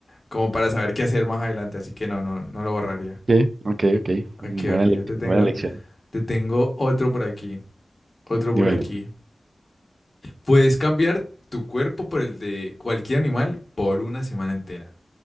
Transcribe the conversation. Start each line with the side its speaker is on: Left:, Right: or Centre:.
Left: como para saber qué hacer más adelante, así que no, no, no lo borraría.
Right: Sí, ok, ok.
Left: Ok,
Right: Buena
Left: ok,
Right: lección,
Left: yo te tengo,
Right: buena Sí. lección.
Left: te tengo otro por aquí, otro
Right: Dímelo.
Left: por aquí. Puedes cambiar tu cuerpo por el de cualquier animal por una semana entera.